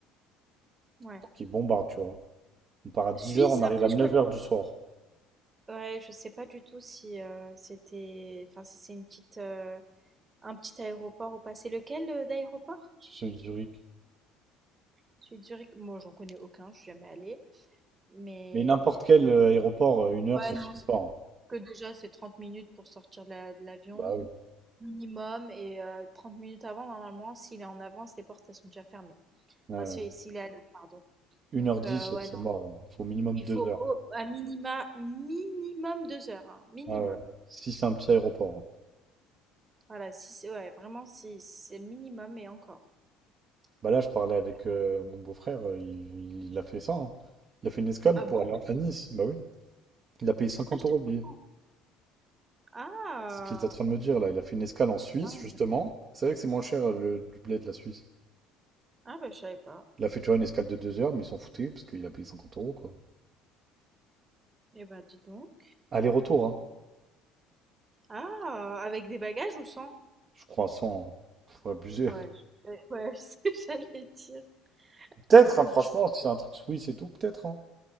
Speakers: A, on the right; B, on the right.
A: Ouais.
B: Donc, ils bombardent, tu vois. On part à dix
A: Suisse,
B: heures, on arrive
A: après,
B: à neuf
A: je connais.
B: heures du soir.
A: Ouais, je sais pas du tout si euh, c'était. Enfin, si c'est une petite, euh, un petit aéroport ou pas. C'est lequel euh, d'aéroport?
B: C'est celui de Zurich.
A: Celui de Zurich? Moi, j'en connais aucun, je suis jamais allée. Mais.
B: Mais n'importe quel euh, aéroport, euh, une heure,
A: Ouais,
B: ça
A: non,
B: suffit
A: c'est-
B: pas. hein.
A: que déjà, c'est 30 minutes pour sortir de la- de l'avion.
B: Bah oui.
A: minimum et heu, 30 minutes avant, normalement, s'il est en avance, les portes, elles sont déjà fermées.
B: Ouais,
A: Enfin,
B: ouais.
A: si s'il est à l'heure, pardon.
B: Une
A: Donc
B: heure dix,
A: heu,
B: euh,
A: ouais,
B: c'est
A: non,
B: mort. Il faut au minimum
A: il
B: deux
A: faut
B: heures.
A: au à minima, minimum 2 heures, hein, minimum.
B: Ah ouais. Si c'est un petit aéroport. hein.
A: Voilà, si c'est ouais, vraiment, si si c'est le minimum et encore.
B: Bah là, je parlais avec
A: Ouais.
B: euh, mon beau-frère, euh, il, il a fait ça. hein. Il a fait une escale
A: Ah
B: pour
A: bon?
B: aller à Nice. Bah oui. Il a payé 50
A: Ah, j'étais
B: euros
A: pas
B: le billet.
A: au courant. Ah!
B: C'est ce qu'il est en train de me dire là. Il a fait une escale en Suisse,
A: Dingue.
B: justement. C'est vrai que c'est moins cher euh, le du blé de la Suisse.
A: Ah bah, je savais pas.
B: Il a fait, tu vois, une escale de deux heures, mais ils s'en foutaient parce qu'il a payé 50 euros, quoi.
A: Eh bah, dis donc.
B: Aller-retour, hein.
A: Ah! Avec des bagages ou sans?
B: Je crois, sans. Faut abuser.
A: Ouais, je ouais, <laughs> c'est ce que j'allais dire
B: <laughs> Peut-être,
A: la vue,
B: hein, franchement,
A: tu sais.
B: si c'est un truc Suisse et tout, peut-être. hein.